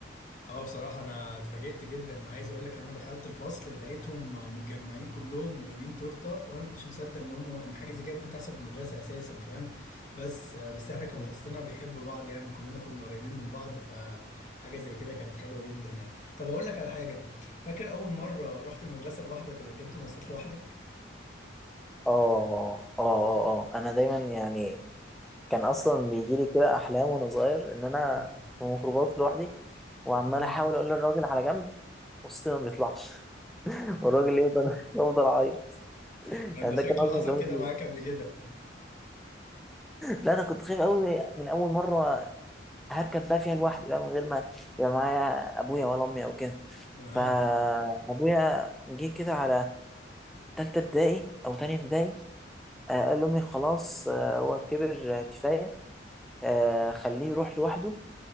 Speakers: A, on the left; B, in the centre.
A: اه بصراحة أنا اتفاجئت جدا أنا عايز أقول لك إن أنا دخلت الفصل لقيتهم متجمعين كلهم وجايبين تورتة وأنا ما كنتش مصدق إن هم إن حاجة زي كده ممكن تحصل في المدرسة أساسا فاهم بس بس إحنا كان
B: مم.
A: فصلنا بيحب بعض يعني وكلنا كنا قريبين من بعض فحاجة زي كده كانت حلوة جدا يعني طب أقول لك على حاجة فاكر أول مرة رحت المدرسة لوحدك ولا ركبت مواصلات لوحدك؟
B: آه آه آه آه أنا دايما يعني كان أصلا بيجيلي كده أحلام وأنا صغير إن أنا
A: <laughs>
B: في ميكروباص لوحدي وعمال
A: مم. مم.
B: أحاول أقول للراجل على جنب وسطي ما بيطلعش <laughs> والراجل يفضل يفضل عايط
A: ده أنت
B: يعني
A: شكله
B: ده كان اصلا
A: حصل
B: كابوس
A: كده
B: ليا.
A: معاك قبل كده
B: لا انا كنت خايف قوي من اول مره هركب بقى فيها لوحدي بقى من غير ما يبقى معايا ابويا ولا امي او كده
A: أها
B: فابويا جه كده على تالتة ابتدائي او تانية ابتدائي آه، قال لأمي خلاص آه، هو كبر آه، كفاية آه، خليه يروح لوحده